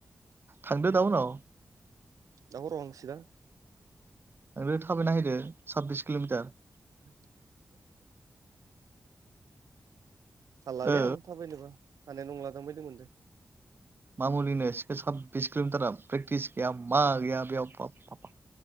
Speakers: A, on the right; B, on the right.
A: थांदो दा उनाव
B: दा हराव हांसै दा।
A: नोंनो थाबायना हायदो साबबिस किल'मिटार।
B: <unintelligible> हाललालै
A: ओ
B: आं थाबायनोबा हानाय नंलादां बायदि मोनदों।
A: मामुलि नङा साब्बिस किल'मिटारा प्रेक्टिस गैया मा गैया। बेयाव बाबबा